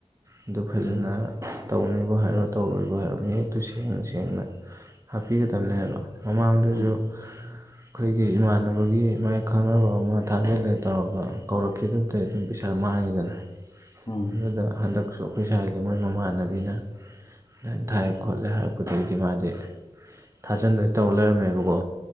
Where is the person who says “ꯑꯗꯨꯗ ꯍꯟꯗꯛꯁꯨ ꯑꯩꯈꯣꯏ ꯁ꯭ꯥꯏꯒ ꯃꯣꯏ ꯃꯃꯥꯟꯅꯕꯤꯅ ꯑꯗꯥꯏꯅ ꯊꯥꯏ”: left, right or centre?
Right